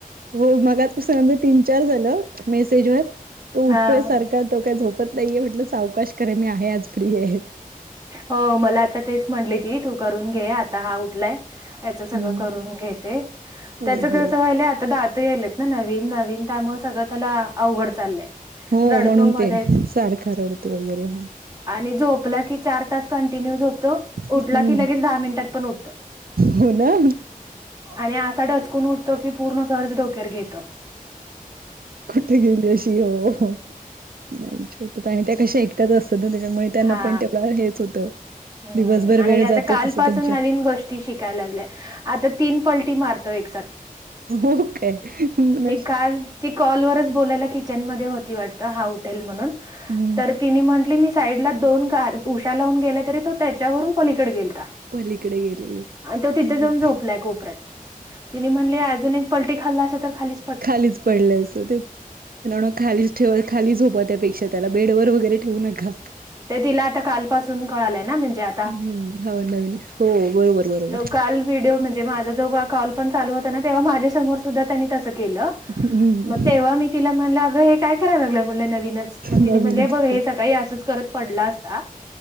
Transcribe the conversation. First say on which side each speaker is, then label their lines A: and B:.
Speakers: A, on the right; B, on the right.
A: हो मग पासून तीन चार झालं मेसेज वर तो
B: हा
A: उठतोय सारख तो काय झोप त नाहीये म्हटलं सावकाश खर मी आहे आज फ्री आहे.
B: हो मला आता तेच म्हटले जी तू करून घे आता हा उठलाय याच सगळं
A: हम्म
B: करून घेते
A: हो
B: त्याच कसं
A: हो
B: व्हा आ आता दहात यालेत ना नवीन नवीन त्यामुळे सगळं त्याला अवघड चाललंय
A: हो
B: रडतो
A: म्हणून
B: मध्येच
A: ते सारखा रडतोय वगैरे हा
B: आणि झोपला किती चार तास कंटिन्यू होतो उठला
A: हम्म
B: की लगेच दहा मिनिटात पण उठतो
A: हो ना
B: आणि आता डचकून तोी पूर्ण कारर्जडोक्यार घेत
A: कुठे गेली अशी हो नाही छोट आणि त्या कशा एकट्याच असतात ना त्याच्यामुळे त्यांना
B: हा
A: पण तेवढ हेच होत
B: हम्म
A: दिवसभर
B: आणि
A: वेळ
B: आता
A: जातो
B: कालपासून
A: तस त्यांच्यात
B: नवीन गोष्टी शिकायला लागल्या. आता तीन पलटी मारतो एक
A: ओकेश
B: काल ती कॉलवरच बोलायला किचनमध्येध्ये होती वाटतं हा उठेल म्हणून
A: हम्म
B: तर तिने म्हटली मी साईडला दोन ग उषा लावून गेला तरी तो त्याच्यावरून पलीकडे गेलता
A: पलीकडे गेलेले
B: आणि तो तिथे जाऊन झोपलाय कोपऱ्यात तिने म्हणली अजून एक पलटी खाल्ला असे तर खाली
A: खालीच पडले असो ते त्या खालीच ठेवा खाली झोपा त्यापेक्षा त्याला बेड ववर वगैरे ठेवू नका
B: ते तिला आता कालपासून कळालंय ना म्हणजे का
A: हम्म हा नवीन हो बरोबर बरोबर
B: का्हड म्हण पण चालू होत ना तेव्हा माझ्या समोर सुद्धा त्यांनी तसं केलं
A: हम्म
B: मग तेव्हा मी तिला म्हणलं अगं हे काय करायला लागलं म्हटलं नवीनच मग तिने
A: नवीनच
B: म्हणले बघ हे
A: होत.
B: सकाळी असंच करत पडला असता